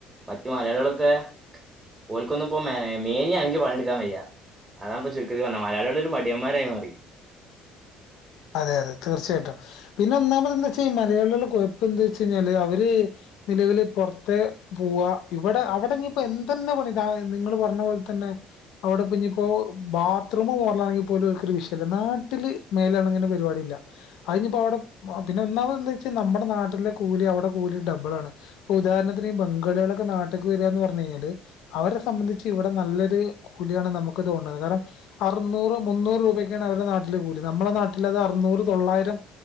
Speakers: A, on the right; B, on the left.
A: മറ്റു മലയാളികളൊക്കെ ഓൽക്കൊന്നും ഇപ്പോ മെ മേനിയനങ്ങി പണി എടുക്കാൻ വയ്യ അതാണ് ഇപ്പൊ ചുരുക്കത്തി പറഞ്ഞ മലയാളികളൊരു മടിയന്മാരായി മാറി
B: അതെ അതെ തീർച്ചയായിട്ടും പിന്നെ ഒന്നാമത് എന്താ വെച്ച ഈ മലയാളികളെ കൊഴപ്പ എന്താ വെച്ച് കഴിഞ്ഞാല് അവര് നിലവില് പുറത്തെ പോവാ ഇവിടെ അവിടെനിയിപ്പോ എന്തെല്ലാ പണിതാ നിങ്ങള് പറഞ്ഞ പോല തന്നെ അവിടെ ഇനിയിപ്പോ ബാത്റൂമ് മോറലാണെങ്കി പോലും ഓൽക്കൊരു വിഷയില്ല നാട്ടില് മേലാണങ്ങി പരിപാടി ഇല്ല അയിഞ്ഞിപ്പോ അവിടെ പിന്നെ ഒന്നാമത് എന്താ വെച്ചാ നമ്മുടെ നാട്ടിലെ കൂലി അവിടെ കൂലി ഡബിൾ ആണ് ഉദാരണത്തിന് ഈ ബംഗാളികളൊക്കെ നാട്ടിക്ക് വരാന്ന് പറഞ്ഞ് കഴിഞ്ഞാല് അവരെ സംബന്ധിച്ച് ഇവിടെ നല്ലൊരു കൂലിയാണ് നമുക്ക് തോണത് കാരണം അറുന്നൂറ് മുന്നൂറ് രൂപക്കാണ് അവരുടെ നാട്ടില് കൂലി നമ്മളെ നാട്ടില അത് അറുന്നൂറ് തൊള്ളായിരം